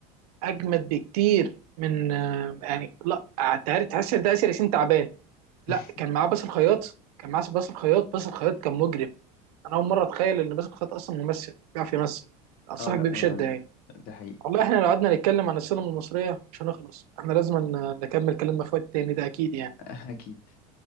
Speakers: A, on the right (about 85°); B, on the left (about 50°).
A: اجمد بكتير من آه، يعني لا تعرف تحس ان ده اسر ياسين تعبان لا
B: <laughs>
A: كان معاه باسل الخياط كان معاه باسل الخياط باسل الخياط كان مجرم انا اول مره اتخيل ان باسل الخياط اصلا ممثل بيعرف يمثل انصحك
B: اه لا
A: بيه بشده
B: هو
A: يعني
B: ده حقيقي
A: والله احنا لو قعدنا نتكلم عن السينما المصريه مش هنخلص احنا لازم ن- نكمل كلامنا في وقت تاني ده اكيد يعني
B: فاكيد <laughs>